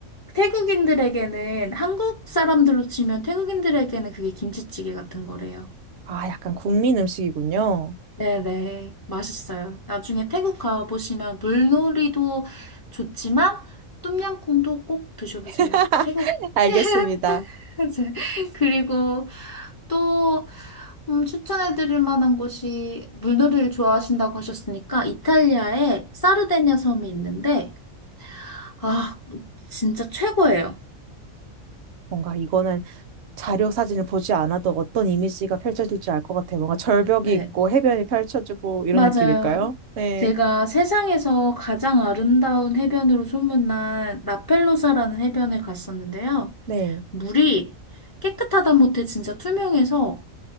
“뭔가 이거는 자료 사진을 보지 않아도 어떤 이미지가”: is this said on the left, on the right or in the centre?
Right